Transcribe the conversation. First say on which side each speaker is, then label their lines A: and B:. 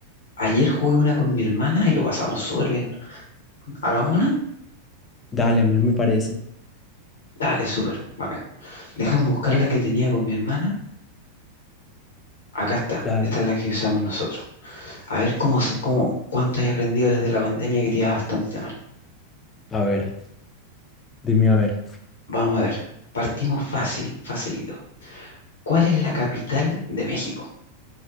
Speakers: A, on the left; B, on the left.
A: Ayer jugué una con mi hermana y lo pasamos súper bien. ¿Hagamos una?
B: Dale, a mí me parece.
A: Dale, súper, bacán. Déjame buscar la que tenía con mi hermana. Acá está,
B: Dale.
A: esta es la que usamos nosotros. A ver cómo, se- cómo, cuánto he aprendido desde la pandemia que te iba bastante mal.
B: A ver, dime a ver.
A: Vamos a ver, partimos fácil, facilito. ¿Cuál es la capital de México?